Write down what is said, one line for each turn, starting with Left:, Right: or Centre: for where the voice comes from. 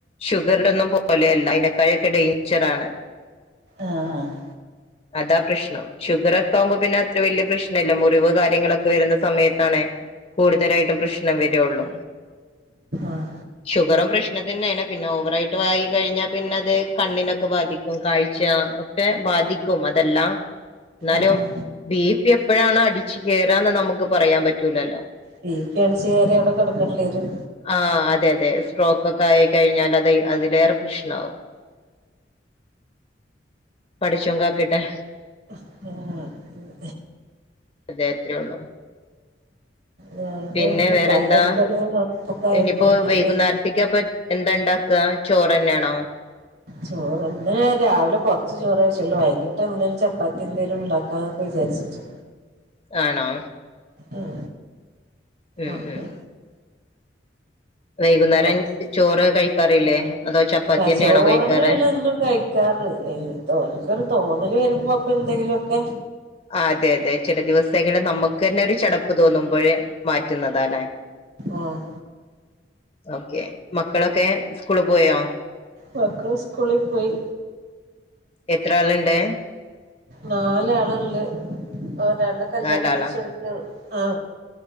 Left: ഷുഗറ്തൊന്നും പോലെയല്ലാ അയ്നെക്കായൊക്കെ ഡെയ്ഞ്ചറാണ്
Right: ആഹ് ആഹ്
Left: അതാ പ്രശ്നം ഷുഗറെക്കെ ആവുമ്പ പിന്നെ വെല്യ പ്രശ്ന ഇല്ലാ മുറിവ് കാര്യങ്ങളൊക്കെ വെര്ന്ന സമയത്താണെ കൂട്തലായ്ട്ടും പ്രശ്നം വെരാെള്ളു
Right: ആഹ്
Left: ഷുഗെറും പ്രശ്നം തന്നേണ് പിന്നെ ഓവറായ്ട്ട് വായി കഴിഞ്ഞാ പിന്നെ അത് കണ്ണിനൊക്കെ ബാധിക്കും കാഴ്ച്ചാ ഒ ക്കെ ബാധിക്കും അതെല്ലാം ന്നാലും
Right: ആഹ്
Left: ബീ പി എപ്പഴാണ് അടിച്ച് കേറാന്ന് നമുക്ക് പറയാം പറ്റൂലല്ലോ
Right: ബീ പി അടിച്ച് കയറ്യാ അവിടെ കെടക്കെണ്ടി വെരും
Left: ആഹ് അതെ അതെ സ്ട്രോക്കാെക്കായി കഴിഞ്ഞാലത് അതിലേറെ പ്രശ്നാവും പഠച്ചോൻ കാക്കെട്ടെ
Right: ആഹ് ഉം
Left: അതെ അത്രാെള്ളും
Right: ഞാനിപ്പോ
Left: പിന്നെ വേറെ
Right: പല്ലക്കൊരു
Left: എന്താ
Right: കപ്പൊക്കെ ആയപ്പോഴേ
Left: ഇനിയിപ്പോ
Right: അവിടെ
Left: വെയ്കുന്നാര്ത്തേക്കപ്പം എന്താണ്ടാ ക്കാ ചോറെന്നേണോ
Right: ചോറ് ഇന്ന് രാവിലെ കൊറ്ച്ച് ചോറെ വെച്ച്ട്ടൊള്ളൂ വൈകിട്ട് എന്തേലും ചപ്പാത്തി എന്തേലുംണ്ടാ ക്കാന്നൊക്കെ വിചാര്ച്ച്ട്ട്
Left: ആണോ
Right: ഉം
Left: ഉം
Right: അപ്പൊ
Left: ഉം വൈകുന്നേരം
Right: കൊറച്ച്
Left: ചോറ് കഴിക്കാറില്ലേ അതോ ചപ്പാത്തി
Right: ക
Left: തന്നെയാണോ
Right: ചോറ്
Left: കഴിക്കാറ്
Right: ന്ള്ളെ എന്നും കഴി ക്കാറ് തോനക്കൊരു തോന്നൽ വരുമ്പോ അപ്പൊ എന്തെങ്കിലുമ ഒക്കെ
Left: അതെ അതെ ചില ദിവസങ്ങിൽ നമുക്ക് തന്നെ ഒരു ചടപ്പ് തോന്നുമ്പോഴ മാറ്റുന്നതാ അല്ലേ
Right: ആഹ്
Left: ഓക്കെ മക്കളൊക്കെ സ്കൂള് പോയോ
Right: മക്കള് സ്കൂളി പോയി
Left: എത്ര ആള് ണ്ട്
Right: നാലാളുണ്ട് ഒരാളെ കല്യാണം
Left: നാലാളാ
Right: കഴിച്ച കൊടുത്തു ആ